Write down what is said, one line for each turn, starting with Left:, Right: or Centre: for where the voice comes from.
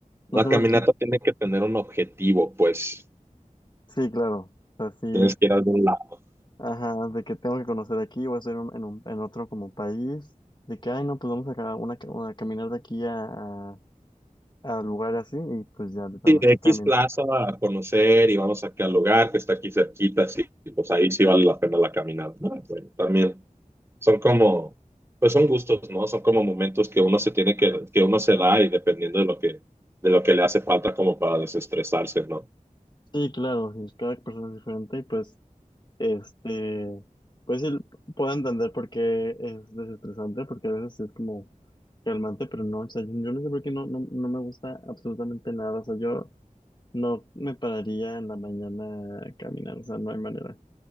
Right: La
Left: No sé
Right: caminata
Left: por qué.
Right: tiene que tener un objetivo, pues
Left: Sí, claro, o sea, sí,
Right: tienes que ir a algún lado.
Left: ajá, de que tengo que conocer aquí, voy a hacer en, un, en otro como país, de que, ay, no, pues vamos a, ca- una, ca- a caminar de aquí a, a, a lugar así, y pues ya, de plano,
Right: Sí, de
Left: así
Right: X
Left: camino.
Right: Plaza a conocer y vamos aquí al lugar que está aquí cerquita, sí, y pues ahí sí vale la pena la caminata, ¿no? Bueno, también son como, pues son gustos, ¿no? Son como momentos que uno se tiene que, que uno se da y dependiendo de lo que, de lo que le hace falta como para desestresarse, ¿no?
Left: Sí, claro, sí, cada persona es diferente, y pues. Este, pues sí, puedo entender por qué es desestresante, porque a veces es como calmante, pero no, o sea, yo, yo no sé por qué no, no, no me gusta absolutamente nada, o sea, yo no me pararía en la mañana a caminar, o sea, no hay manera.